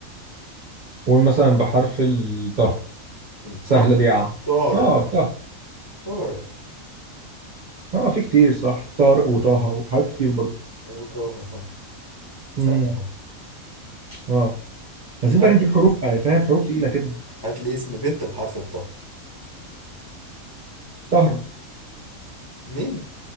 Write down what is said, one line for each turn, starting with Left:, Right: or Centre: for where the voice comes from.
Right: قول مثلا بحرف الطه
Left: الطا
Right: سهله دي يا عم
Left: طارق
Right: اه طه
Left: طارق
Right: اه في كتير صح طارق وطه وحاجات كتير برضه
Left: وطه صح
Right: امم
Left: سهلة برضه
Right: اه عايزين
Left: هات
Right: بقى نجيب حروف
Left: لي
Right: آه، فاهم حروف تقيلة كده
Left: هات لي اسم بنت بحرف الطه
Right: طهر
Left: مين؟